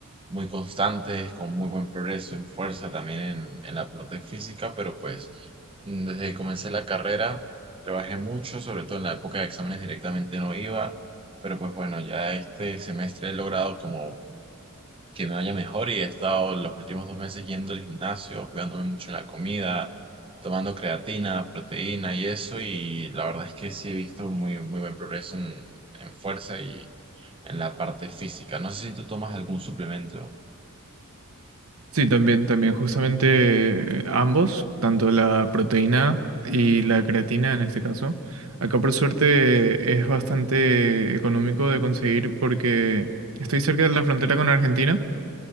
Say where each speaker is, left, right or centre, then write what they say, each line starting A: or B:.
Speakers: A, on the right; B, on the right.
A: muy constantes, con muy buen progreso en fuerza, también en, en la parte física, pero pues mm, desde que comencé la carrera trabajé mucho, sobre todo en la época de exámenes directamente no iba, pero pues bueno, ya este semestre he logrado como que me vaya mejor y he estado los últimos dos meses yendo al gimnasio, cuidándome mucho en la comida, tomando creatina, proteína y eso, y la verdad es que sí he visto muy, muy buen progreso en, en fuerza y en la parte física. No sé si tú tomas algún suplemento.
B: Sí, también, también, justamente eh, ambos, tanto la proteína y la creatina en este caso. Acá por suerte es bastante económico de conseguir porque estoy cerca de la frontera con Argentina